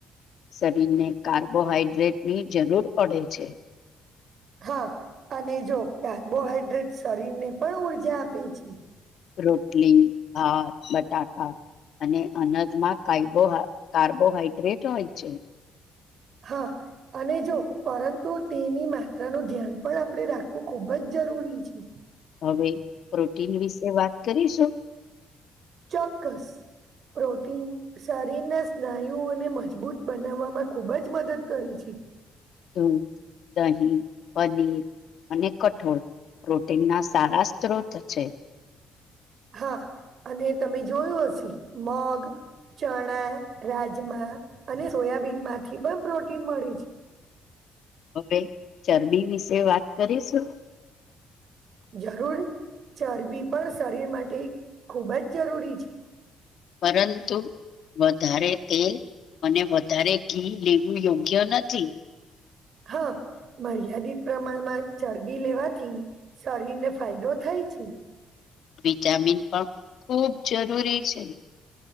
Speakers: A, on the left; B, on the right.
A: શરીરને કાર્બોહાઈડ્રેટની જરૂર પડે છે
B: હા અને જો કાર્બોહાઈડ્રેટ શરીરને પણ ઉર્જા આપે છે
A: રોટલી ભાત બટાકા અને અનાજમાં કાર્બોહાઈડ્રેટ હોય છે
B: હા અને જો પરંતુ તેની માત્રાનું ધ્યાન પણ આપણે રાખવું ખુબ જ જરૂરી જરૂરી છે
A: હવે પ્રોટીન વિશે વાત કરીશું
B: ચોક્કસ પ્રોટીન શરીરના સ્નાયુઓને મજબૂત બનાવવામાં ખુબ જ મદદ કરી છે
A: દૂધ દહીં પનીર અને કઠોળ પ્રોટીનના સારા સ્ત્રોત છે
B: હા અને તમે જોયું હશે મગ ચણા રાજમા અને સોયાબીન માંથી પણ પ્રોટીન મળી
A: હવે ચરબી વિશે વાત કરીશું
B: જરૂર ચરબી પણ શરીર માટે ખૂબ જ જરૂરી છે
A: પરંતું વધારે તેલ અને વધારે ઘી લેવું યોગ્ય નથી
B: હા મર્યાદિત પ્રમાણમાં ચરબી લેવાથી શરીરને ફાયદો થાય છે
A: વિટામિન પણ ખૂબ જરૂરી છે